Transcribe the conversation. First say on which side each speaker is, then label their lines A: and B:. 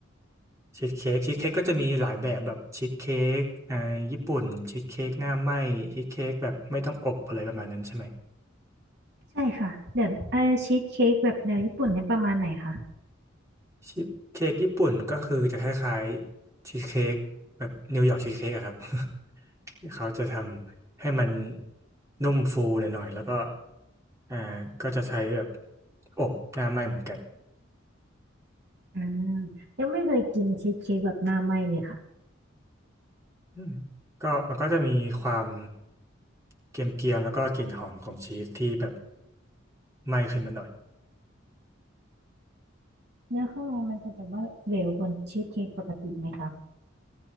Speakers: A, on the right (about 15°); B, on the right (about 60°).
A: ชีสเค้กชีสเค้กก็จะมีหลายแบบแบบชีสเค้กอ่าญี่ปุ่นชีสเค้กหน้าไหม้ชีสเค้กแบบไม่ต้องอบอะไรประมาณนั้นใช่ไหม
B: ใช่ค่ะเดี๋ยวเออชีสเค้กแบบแนวญี่ปุ่นเนี่ยประมาณไหนคะ
A: ชีสเค้กญี่ปุ่นก็คือจะคล้ายๆชีสเค้กแบบนิวยอร์กชีสเค้กอะครับ <laughs> ที่เขาจะทำให้มันนุ่มฟูหน่อยๆแล้วก็อ่าก็จะใช้แบบอบหน้าไหม้เหมือนกัน
B: อ่ายังไม่เคยกินชีสเค้กแบบหน้าไหม้เลยค่ะ
A: อืมก็มันก็จะมีความเกรียมๆแล้วก็กลิ่นหอมของชีสที่แบบไหม้ขึ้นมาหน่อย
B: เนื้อข้างในมันจะแบบว่าเหลวกว่าชีสเค้กปกติไหมคะ